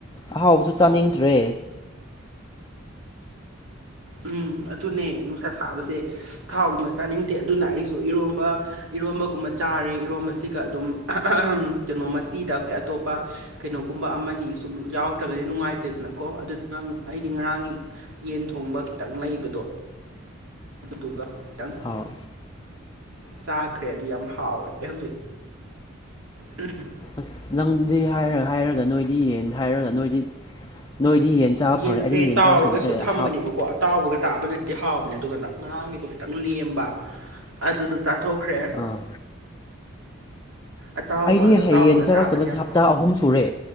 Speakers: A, on the left; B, on the right.
A: ꯑꯍꯥꯎꯕꯁꯨ ꯆꯥꯅꯤꯡꯗ꯭ꯔꯦ
B: ꯑꯣ ꯎꯝ ꯑꯗꯨꯅꯦ ꯅꯨꯡꯁꯥ ꯁꯥꯕꯁꯦ ꯊꯥꯎꯒꯨꯝꯕ ꯆꯥꯅꯤꯡꯗꯦ ꯑꯗꯨꯅ ꯑꯩꯁꯨ ꯏꯔꯣꯝꯕ ꯏꯔꯣꯝꯕꯒꯨꯝꯕ ꯆꯥꯔꯦ ꯏꯔꯣꯝꯕꯁꯤꯒ ꯑꯗꯨꯝ ꯀꯩꯅꯣ ꯃꯆꯤꯗ ꯑꯩꯈꯣꯏ ꯑꯇꯣꯞꯄ ꯀꯩꯅꯣꯒꯨꯝ ꯑꯗꯨꯨꯝꯕ ꯑꯃꯗꯤ ꯁꯨꯝ ꯌꯥꯎꯗ꯭ꯔꯒꯗꯤ ꯅꯨꯡꯉꯥꯏꯇꯦꯗꯅꯀꯣ ꯑꯗꯨꯅ ꯑꯩꯗꯤ ꯉꯔꯥꯡꯒꯤ ꯌꯦꯟ ꯊꯣꯡꯕ ꯈꯤꯇꯪ ꯂꯩꯕꯗꯣ ꯑꯗꯨꯗꯨꯒ ꯈꯤꯇꯪ
A: ꯑꯥꯎ
B: ꯆꯥꯈ꯭ꯔꯦ ꯑꯗꯨ ꯌꯥꯝ ꯍꯥꯎꯔꯦ ꯍꯧꯖꯤꯛ ꯑ
A: ꯑꯁ ꯅꯪꯗꯤ ꯍꯥꯏꯔ ꯍꯥꯏꯔꯒ ꯅꯣꯏꯗꯤ ꯌꯦꯟ ꯍꯥꯏꯔꯒ ꯅꯣꯏꯗꯤ ꯅꯣꯏꯗꯤ ꯌꯦꯟ ꯆꯥꯕ
B: ꯌꯦꯟꯁꯦ
A: ꯐꯪꯔꯦ ꯑꯩꯗꯤ ꯌꯦꯟ
B: ꯇꯥꯎꯔꯒꯁꯨ
A: ꯆꯥꯔꯛꯇꯕꯁꯦ
B: ꯊꯝꯕꯅꯦꯕꯀꯣ
A: ꯍꯥꯞ
B: ꯑꯇꯥꯎꯕꯒ ꯇꯥꯕꯅ ꯍꯥꯎꯕꯅꯦ ꯑꯗꯨꯒꯥꯟꯗ ꯉꯔꯥꯡꯒꯤꯗꯣ ꯈꯤꯇꯪ ꯂꯦꯝꯕ ꯑꯗꯨꯗꯣ ꯆꯥꯊꯣꯛꯈ꯭ꯔꯦ
A: ꯑꯥ
B: ꯑꯇꯥꯎꯕ
A: ꯑꯩꯗꯤ
B: ꯑꯇꯥꯎꯕꯒ
A: ꯌꯦꯟ ꯆꯥꯔꯛꯇꯕꯁꯦ
B: ꯇꯥꯕꯗꯤ ꯌꯥꯝ
A: ꯍꯞꯇꯥ
B: ꯍ
A: ꯑꯍꯨꯝ ꯁꯨꯔꯦ